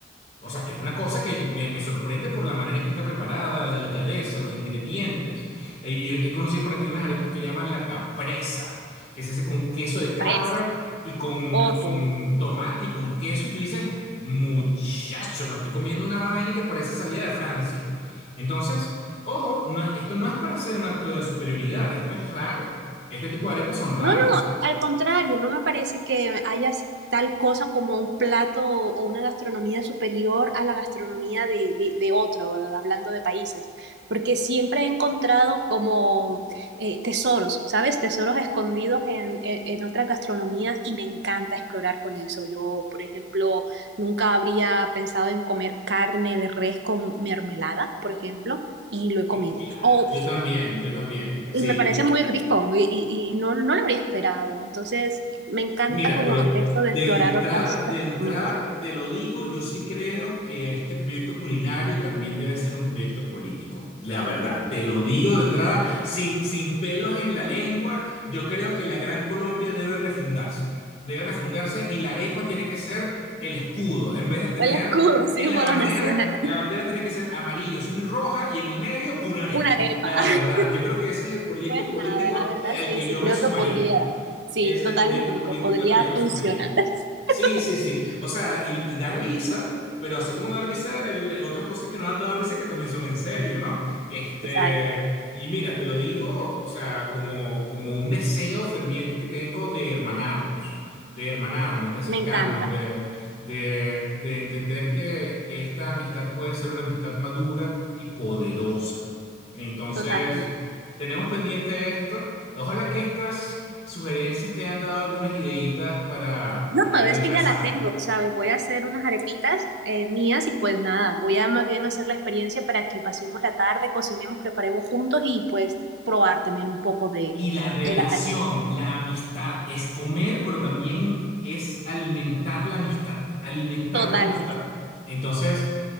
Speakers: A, on the left; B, on the right.
A: O sea, que es una cosa que me, me sorprende por la manera en que está preparada, la delicadeza, los ingredientes. Eh, yo he conocido por aquí unas arepas que llaman la capresa, que se hace con queso de cabra
B: Fresa.
A: y con,
B: Ok.
A: y con tomate y con queso. Y tú dices, muchacho, me estoy comiendo una vaina que parece salida de Francia. Entonces, ojo, no- esto no es para hacer un acto de superioridad, esto es raro. Este tipo de arepas son raras.
B: No, no, al contrario, no me parece que haya así tal cosa como un plato o o una gastronomía superior a la gastronomía de, de- de otro, eh, hablando de países, porque siempre he encontrado como eh, tesoros, ¿sabes? Tesoros escondidos en, en- en otras gastronomías y me encanta explorar con eso. Yo, por ejemplo, nunca habría pensado en comer carne de res con mermelada, por ejemplo, y lo he comido.
A: Que- Claro,
B: O
A: yo también, yo también, sí.
B: y me parece muy rico y, y- y no, no lo habría esperado. Entonces, me encanta
A: Mira,
B: como
A: pero
B: esto de
A: de
B: explorar
A: entrada,
B: otras
A: de
B: gastronomías.
A: entrada te lo digo, yo sí creo que este proyecto culinario también debe ser un proyecto político. La verdad, te lo digo de entrada, sin, sin pelos en la lengua, yo creo que la Gran Colombia debe refundarse. Debe refundarse y la arepa tiene que ser el escudo. En vez de tener
B: El escudo, <laughs> símbolo
A: en la bandera,
B: nacional.
A: la bandera tiene que ser amarillo, azul y roja y en el medio una arepa.
B: Una arepa.
A: La
B: <laughs>
A: verdad, yo creo que ese es el proyecto
B: Pues nada,
A: político
B: la verdad
A: al
B: sí,
A: que
B: sí,
A: yo
B: creo
A: me sumaría.
B: que podría, sí,
A: Ese
B: totalmente,
A: es el proyecto político
B: podría
A: al que yo me
B: funcionar.
A: sumaría.
B: <laughs>
A: Sí, sí, sí. O sea, y, y da risa, pero así como da risa, el- eh, otras cosas que nos han dado risa que también son en serio, ¿no? Este,
B: Total,
A: y mira, te lo digo, o sea, como, como un deseo ferviente que tengo de hermanarnos, de hermanarnos, de acercarnos,
B: me encanta,
A: de, de, de entender que, que esta amistad puede ser una amistad madura y poderosa. Entonces,
B: totalmente.
A: tenemos pendiente esto. Ojalá que estas sugerencias te hayan dado algunas ideitas para,
B: No,
A: para
B: es
A: el agasajo.
B: que ya la tengo, ¿sabes? Voy a hacer unas arepitas eh, mías y pues nada, voy a más bien hacer la experiencia para que pasemos la tarde, cocinemos, preparemos juntos y pues probar también un poco de,
A: Y la relación,
B: de las arepas.
A: la amistad, es comer, pero también es alimentar la amistad. Alimentar
B: Totalmente,
A: la amistad. Entonces,